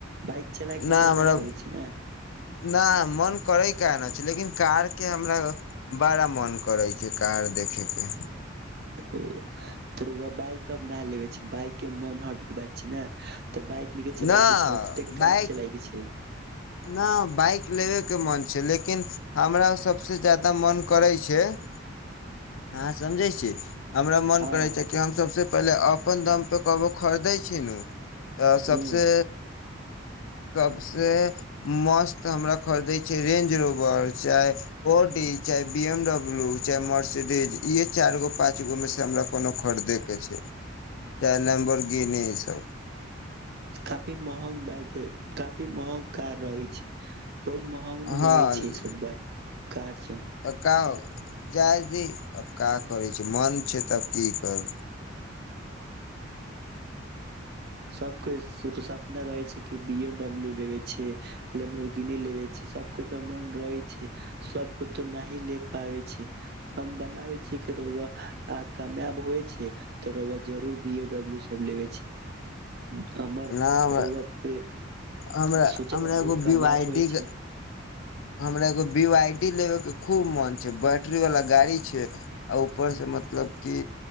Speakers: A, on the right; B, on the left.
A: बाइक चलाय के
B: नहि
A: मन
B: हमरा
A: न करे छै ने
B: नहि मन करय केना न छैक लेकिन कार केँ हमरा बड़ा मन करै छैक कार देखे केँ
A: ओ त रउआ अब बाइक न लेबे छैक बाइक केँ मन हट गेल छैक ने तऽ बाइक नैखे चलाय
B: न
A: के छै अब सीधे
B: बाइक
A: कार चलाय के छै।
B: न बाइक लेबे केँ मन छै लेकिन हमरा सबसे जादा मन करय छैक हँ समझय छी हमरा मन
A: हँ
B: करय छैक कि हमस सबसँ पहिले अपन दाम पे कहबो खरीदे छिनू तऽ सभसे
A: ह
B: सबसे मस्त हमरा खरीदै छैक रेंज रोबर चाहे ओ डी चाहे बीएम डब्ल्यू चाहे <unintelligible>
A: काफी महँग बाइक ह काफी महँग कार रहय छैक बहुत महँग नु
B: हँ
A: रहय छैक ई सब बाइक कार सब
B: तऽ का जाय दी अब का करय छै मन छै तब की करब
A: सब के सपना रहे छै कि बिएमडबलू लेबे छै ल लेमबरगिनी लेबे छै सब को तऽ मन रहे छै सबक तऽ न ले पाबै छै हम बनाबे छै रउआ आ कामयाब होइ छै तऽ र जरूर बी ए डब्लू सब लेबे छै हमर
B: ना हमरा
A: रोउआ पे
B: हमरा
A: सोचे
B: हमरा
A: बानी
B: एगो
A: रौआ
B: बी
A: कामयाब
B: वाइ
A: होइ
B: डी के
A: छै
B: हमरा एगो बी वाइ डी लेबयके खूब मोन छै बैटरीवला गाड़ी छै आ ऊपरसँ मतलब कि